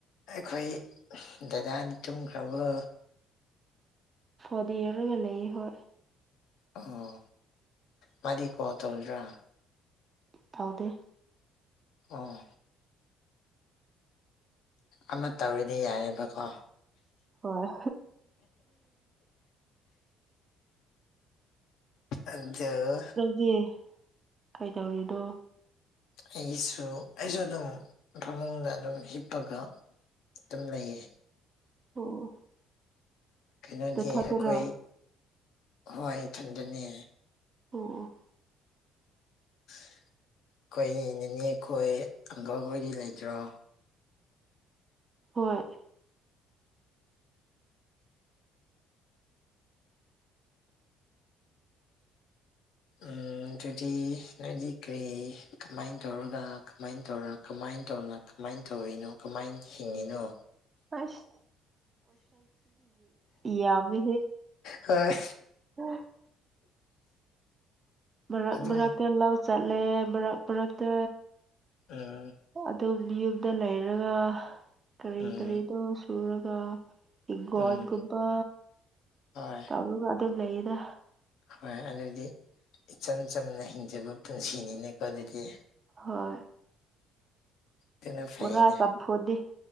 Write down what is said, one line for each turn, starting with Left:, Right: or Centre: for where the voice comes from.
Left: ꯑꯩꯈꯣꯏ ꯗꯗꯥꯗꯤ ꯇꯨꯝꯈ꯭ꯔꯕ
Right: ꯐꯗꯤꯔ ꯃꯦ ꯂꯩ ꯍ
Left: ꯑꯣ ꯃꯗꯤ ꯀꯣ ꯇꯣꯜ꯭ꯔꯥ
Right: ꯊꯥꯎꯗꯦ
Left: ꯑꯣ ꯑꯃ ꯇꯧꯔꯤꯗꯤ ꯌꯥꯏꯦꯕꯀꯣ
Right: ꯍꯣꯏ
Left: ꯑꯗꯨꯗ
Right: ꯅꯪꯗꯤ ꯀꯩꯗꯧꯔꯤꯅꯣ
Left: ꯑꯩꯒꯤꯁꯨ ꯑꯩꯁꯨ ꯑꯗꯨꯝ ꯐꯃꯨꯡꯗ ꯑꯗꯨꯝ ꯍꯤꯞꯄꯒ ꯇꯝꯅꯌꯦ
Right: ꯑꯣ
Left: ꯀꯩꯅꯣꯗꯤ
Right: ꯅꯊꯟꯗꯔꯣ
Left: ꯑꯩꯈꯣꯏ ꯍꯣꯏ ꯏꯊꯟꯗꯅꯤ
Right: ꯑꯣ <unintelligible>
Left: ꯑꯩꯈꯣꯏ ꯅꯦ ꯑꯩꯈꯣꯏ ꯑꯪꯀꯜꯈꯣꯏꯗꯤ ꯂꯩꯈ꯭ꯔꯣ
Right: ꯍꯣꯏ <unintelligible>
Left: ꯎꯝ ꯑꯗꯨꯗꯤ ꯅꯣꯏꯗꯤ ꯀꯔꯤ ꯀꯃꯥꯏꯅ ꯇꯧꯔꯒ ꯀꯃꯥꯏꯅ ꯇꯧꯔꯃ ꯀꯃꯥꯏꯅ ꯇꯧꯅ ꯀꯃꯥꯏꯅ ꯇꯧꯔꯤꯅꯣ ꯀꯃꯥꯏꯅ ꯍꯤꯡꯉꯤꯅꯣ
Right: ꯑꯁ ꯏ ꯌꯥꯝꯕꯤ
Left: ꯍꯣꯏ
Right: ꯍ ꯃꯔꯛ
Left: ꯑꯗꯨꯝ
Right: ꯃꯔꯛꯇ ꯂꯧ ꯆꯠꯂꯦ ꯃꯔꯛ ꯃꯔꯛꯇ
Left: ꯎꯝ
Right: ꯑꯗꯨ ꯌꯨꯝꯗ ꯂꯩꯔꯒ ꯀꯔꯤ
Left: ꯎꯝ
Right: ꯀꯔꯤꯗꯣ ꯁꯨꯔꯒ ꯍꯤꯡꯒꯣꯣꯟꯒꯨꯝꯕ
Left: ꯎꯝ ꯍꯣꯏ
Right: ꯇꯧꯔꯒ ꯑꯗꯨꯝ ꯂꯩꯅ
Left: ꯍꯣꯏ ꯑꯗꯨꯗꯤ ꯏꯆꯝ ꯆꯝꯅ ꯍꯤꯡꯖꯕ ꯄꯨꯟꯁꯤꯅꯤꯅꯦꯀꯣ ꯑꯗꯨꯗꯤ
Right: ꯍꯣꯏ
Left: ꯑꯗꯨꯅ ꯐꯥꯏꯅꯦ
Right: ꯕꯣꯔꯥ ꯆꯝꯐꯨꯠꯅꯤ